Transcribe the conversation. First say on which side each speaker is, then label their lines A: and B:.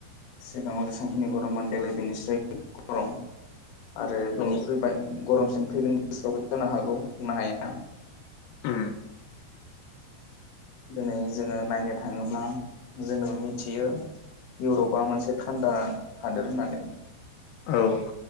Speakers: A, on the left; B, on the left.
A: सिगाङाव जेसांखिनि गरममोन देग्लाय बेनिस्राय आरो गरम। आरो बिनिख्रुइ
B: औ
A: बां गरमसिन फैगोन बोसोरावबो जानो हागौ बुंनो हाया।
B: उ
A: दिनै जोङो नायनो थाङोब्ला जोङो मिथियो। इउरपा मोनसे थान्दा हादोर होननानै
B: औ